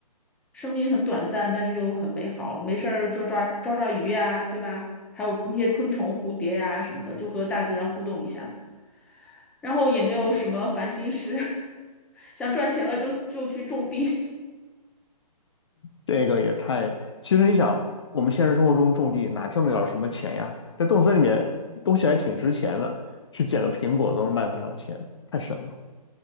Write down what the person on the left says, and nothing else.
这个也太……其实你想，我们现实生活中种地哪挣得了什么钱呀？在动森里面，东西还挺值钱的，去捡个苹果都能卖不少钱，太神了。